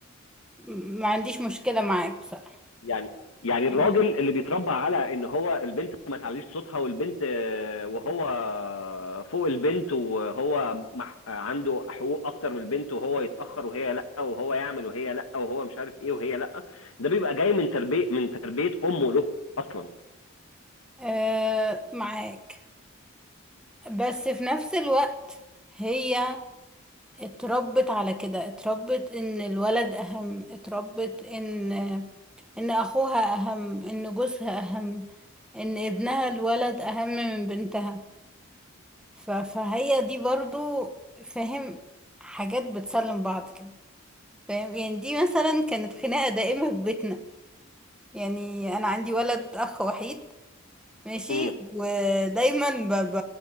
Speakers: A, in the centre; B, on the left.
A: م- ما عنديش مشكلة معاك بصراحة
B: يعني يعني الراجل
A: يعني
B: اللي بيتربى على ان هو البنت ما تعليش صوتها والبنت آه، وهو فوق البنت وهو مح- آه، عنده حقوق اكتر من البنت وهو يتاخر وهي لا وهو يعمل وهي لا وهو مش عارف ايه وهي لا ده بيبقى جاي من تربيه من تربيه امه له اصلا
A: آه معاك بس في نفس الوقت هي اتربت على كده اتربت ان الولد اهم اتربت ان ان اخوها اهم ان جوزها اهم ان ابنها الولد اهم من بنتها ف... فهي دي برضو فاهم حاجات بتسلم بعض كده فاهم يعني دي مثلا كانت خناقة دائمة في بيتنا يعني انا عندي ولد اخ وحيد ماشي
B: امم
A: ودايما ب... ب...